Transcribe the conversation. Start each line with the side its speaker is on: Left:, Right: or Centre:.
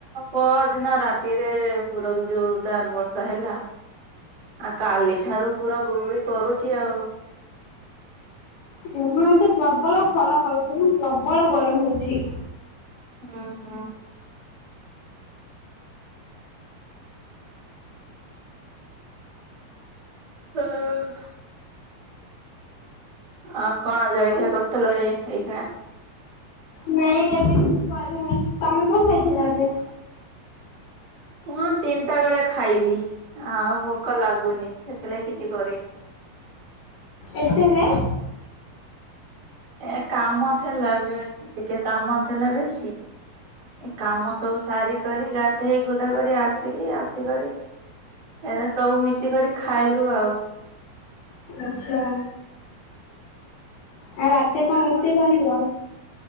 Right: ପର ଦିନ ରାତିରେ ପୁର ଜୋରଦାର ବର୍ଷା ହେଲା। ଆ କାଲିଠାରୁ ପୁରା ଗୁଡୁଗୁଡି କରୁଛି ଆଉ।
Left: ତମ ଏତେ ପ୍ରବଳ ଖରାପ ହଉଛି ମୁଁ ପ୍ରବଳ ଗରମ ହଉଛି।
Right: ହଁ ହଁ। ହଁ। ଆ କଣ ଜଳଖିଆ
Left: ଆଉ
Right: କରିୁଥିଲ ଏଇ ଏଇ କିଣା।
Left: ନାଇଁ ଏବେ କିଛି କରିନି ତମେ କଣ ଖାଇଥିଲ ଏବେ।
Right: ମୁଁ ତିନିଟା ବେଳେ ଖାଇଲି ଆଉ ଭୋକ ଲାଗୁନି ସେଥିଲାଗି କିଛି କରିନି।
Left: ଏତେନେ
Right: ଏ କାମ ଥିଲା ଟିକେ କାମଥିଲା ବେଶୀ। ଏ କାମ ସବୁ ସାରି କରି ଗାଧେଇ ଗୁଧା କରି ଆସିଲି ଆସିକରି। ଏଟା ସବୁ ମିଶିକରି ଖାଇଲୁ ଆଉ।
Left: ଆଛା। ଆଉ ରାତିରେ କଣ ରୋଷେଇ କରିବ?